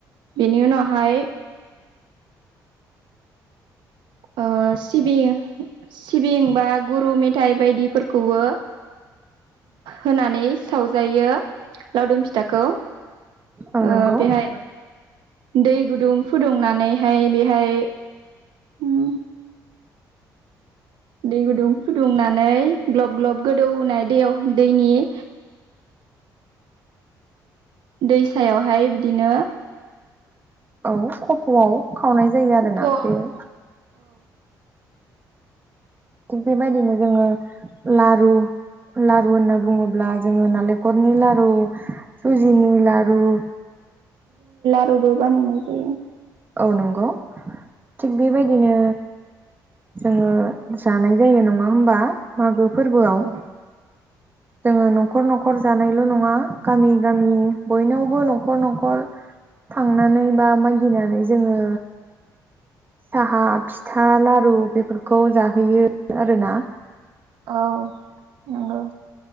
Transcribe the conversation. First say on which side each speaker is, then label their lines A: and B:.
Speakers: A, on the right; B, on the right.
A: बेनि उनावहाय ओ सिबि सिबिं बा गुरु मेथाइ बायदिफोरखौबो होनानै सावजायो लावदुम फिथाखौ
B: औ
A: ओ
B: नंगौ
A: बेहाय दै गुदुं फुदुंनानैहाय बेहाय ओ दै गुदुं फुदुंनानै ग्लब ग्लब गोदौनाय दैयाव दैनि <inaudible> दैसायावहाय बिदिनो
B: औ कफ'आव खावनाय जायो
A: खफ'
B: आरोना
A: औ
B: बेनो थिग बेबायदिनो जोङो लारु लारु होनना बुङोब्ला जोङो नालेंखरनि लारु सुजिनि लारु
A: खौबो बानायनाय जायो
B: औ नंगौ थिग बेबायदिनो जोङो जानाय जायो नङा हबा मागो फोरबोआव
A: औ
B: जोङो न'खर न'खर जानायल' नङा गामि गामि बयनावबो न'खर न'खर थांनानै बा मागिनानै जोङो साहा फिथा लारु बेफोरखौ जाहोयो आरोना
A: औ नंगौ